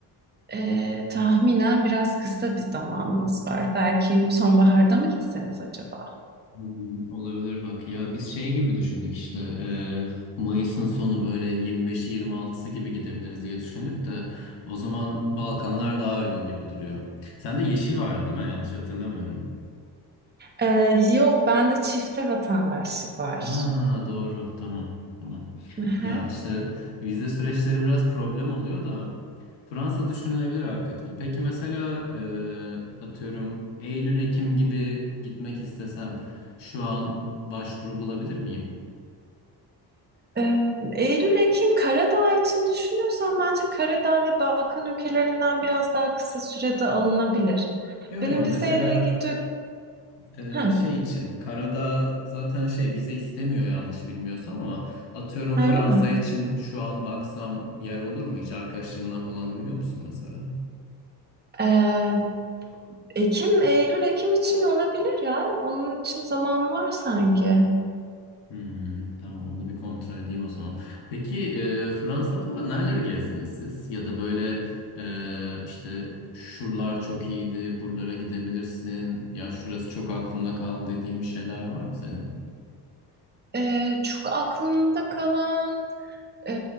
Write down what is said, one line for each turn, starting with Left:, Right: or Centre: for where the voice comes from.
Right: ee, tahminen biraz kısa bir zamanımız var. Belki sonbaharda mı gitseniz acaba?
Left: Hmm, Olabilir bak ya biz şey gibi düşündük işte e, Mayıs'ın sonu böyle 25'i 26'sı gibi gidebiliriz diye düşündük de o zaman Balkanlar daha uygun gibi duruyor. Sende yeşil vardı değil mi? Yanlış hatırlamıyorum.
Right: Ee, yok, bende çifte vatandaşlık var.
Left: Ha doğru tamam tamam.
Right: Aha.
Left: Ya işte vize süreçleri biraz problem oluyor da Fransa düşünülebilir hakikaten. Peki mesela e, atıyorum Eylül-Ekim gibi gitmek istesem şu an başvuru bulabilir miyim?
Right: Ee, Eylül, Ekim, Karadağ için düşünüyorsan bence Karadağ ve Balkan ülkelerinden biraz daha kısa sürede alınabilir.
Left: Yo
Right: Benim
Left: yo mesela
Right: vizeyle ilgili...
Left: e,
Right: Ha,
Left: şey için karada zaten şey vize istemiyor yanlış bilmiyorsam ama atıyorum
Right: öyle
Left: Fransa
Right: mi?
Left: için şu an baksam yer olur mu? Hiç arkadaşlarından falan duyuyor musun mesela?
Right: Ee, Ekim, Eylül, Ekim için olabilir ya. Onun için zaman var sanki.
Left: Hmm, tamam onu bir kontrol edeyim o zaman. Peki e, Fransa'da nereleri gezdiniz siz? Ya da böyle e, işte şuralar çok iyiydi, buralara gidebilirsin. Ya şurası çok aklımda kaldı dediğin bir şeyler var mı senin?
Right: Ee, çok aklımda kalan e,